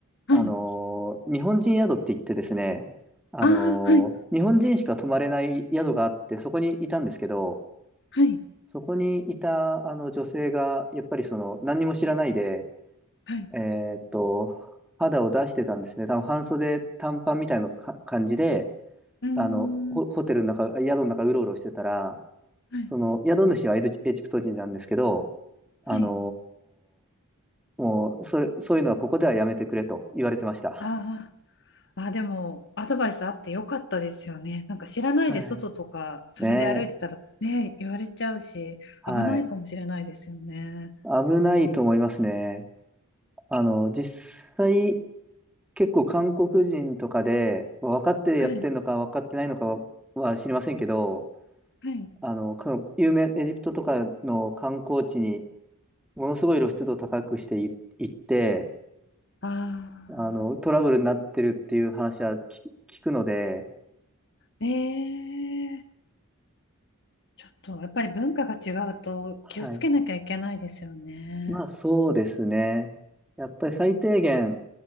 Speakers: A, on the left (about 55°); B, in the centre.
A: はい。
B: あの、日本人宿って言ってですね、あの、
A: ああ、はい。
B: 日本人しか泊まれない宿があって、そこにいたんですけど、
A: はい。
B: そこにいた、あの、女性が、やっぱりその、何にも知らないで、
A: はい。
B: えーっと、肌を出してたんですね。多分半袖短パンみたいなか感じで、
A: うーん、
B: あの、ホ、ホテルの中、宿の中うろうろしてたら、
A: はい。
B: その、宿主はエジ、エジプト人なんですけど、あの
A: はい。
B: ーもう、それ、そういうのはここではやめてくれと言われてました。
A: ああ。あ、でも、アドバイスあってよかったですよね。なんか知らないで外とか、
B: はい。
A: それで歩いてたらね、
B: ねえ。
A: 言われちゃうし、
B: はい。
A: 危ないかもしれないですよね。
B: 危ないと思いますね。あの、実際、結構韓国人とかで、分かってやってんのか分かってないのかは、
A: はい、
B: は知りませんけど、
A: はい。
B: あの、か有名、エジプトとかの観光地に、ものすごい露出度高くしてい行って、
A: ああ、
B: あの、トラブルになってるっていう話は聞、聞くので、
A: ええちょっとやっぱり文化が違うと気をつけなきゃいけないですよね。
B: はい。まあ、そうですね。やっぱり最低限、